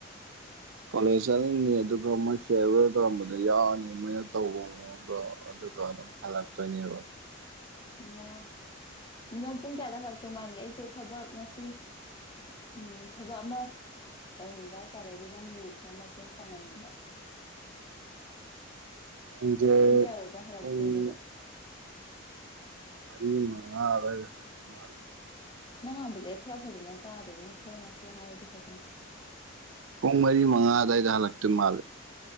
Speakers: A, on the right (about 75°); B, on the left (about 25°).
A: ꯀꯣꯂꯦꯖ ꯆꯠꯅꯤꯡꯉꯤ ꯑꯗꯨꯒ ꯃꯣꯏ ꯐꯤꯌꯥꯔ ꯋꯦꯜ ꯇꯧꯔꯝꯕꯗꯣ ꯌꯥꯎꯔꯅꯤ ꯃꯣꯏꯅ ꯇꯧꯕ ꯃꯑꯣꯡꯗꯣ ꯑꯗꯨꯒ ꯑꯗꯨꯝ ꯍꯜꯂꯛꯇꯣꯏꯅꯦꯕ
B: ꯑꯣ ꯅꯪ ꯄꯨꯡ ꯀꯌꯥꯗ ꯍꯜꯂꯛꯇꯧ ꯃꯥꯟꯒꯦ ꯑꯩꯁꯦ ꯊꯕꯛ ꯉꯁꯤ ꯎꯝ ꯊꯕꯛ ꯑꯃ ꯇꯧꯅꯤꯡꯕ ꯍꯥꯏꯇꯥꯔꯦ ꯑꯗꯨꯗꯣ ꯅꯪꯕꯨ ꯈꯔ ꯃꯇꯦꯡ ꯄꯥꯡꯍꯟꯅꯤꯡꯕ
A: <inaudible>
B: ꯄꯨꯡ ꯀꯌꯥꯋꯥꯏꯗ ꯍꯜꯂꯛꯇꯣꯏꯅꯣꯕ
A: ꯃꯔꯤ ꯃꯉꯥ ꯑꯗꯨꯏꯗ ꯍꯂꯛ ꯇꯃꯜ
B: ꯅꯪ ꯉꯥꯡꯕꯁꯦ ꯑꯩ ꯈꯔ ꯐꯖꯅ ꯇꯥꯗꯦꯅꯦ ꯈꯔ ꯅꯛꯁꯤꯜꯂ ꯍꯥꯏꯔꯗꯤ ꯐꯗ‌ꯣꯅꯤ
A: ꯄꯨꯡ ꯃꯔꯤ ꯃꯉꯥꯗꯥꯏꯗ ꯍꯂꯛ ꯇ ꯃꯥꯜ